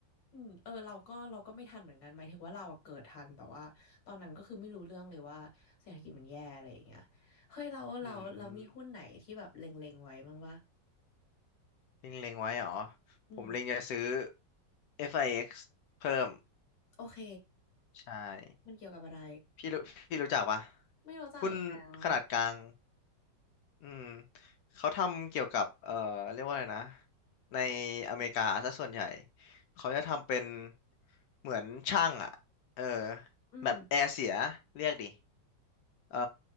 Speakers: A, on the left; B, on the left.
A: อืมเออเราก็เราก็ไม่ทันเหมือนกันหมายถึงว่าเราอะเกิดทันแต่ว่าตอนนั้นก็คือไม่รู้เรื่องเลยว่าเศรษฐกิจมันแย่อะไรอย่างเงี้ยเฮ้ยเราเราเรามีหุ้นไหนที่แบบเล็งๆไว้บ้างวะ
B: อืมเล็งเล็งไว้เหรอ
A: อืม
B: ผมเล็งจะซื้อ FIX เอ็กซ์เพิ่ม
A: โอเค
B: ใช่
A: มันเกี่ยวกับอะไร
B: พี่รู้พี่รู้จักปะ
A: ไม่รู้จักอีกแล้ว
B: หุ้นขนาดกลาง อืมเขาทำเกี่ยวกับ เอ่อเรียกว่าอะไรนะ ในอเมริกาซะส่วนใหญ่ เขาจะทำเป็นเหมือนช่างอ่ะเออ
A: อืม
B: แบบแอร์เสียเรียกดิ เอ่อ